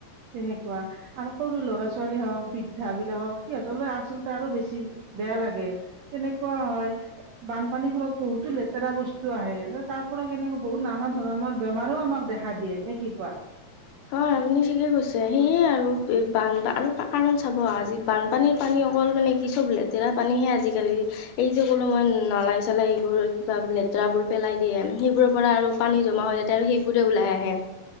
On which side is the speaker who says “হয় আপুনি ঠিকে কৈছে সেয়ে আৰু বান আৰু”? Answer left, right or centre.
Left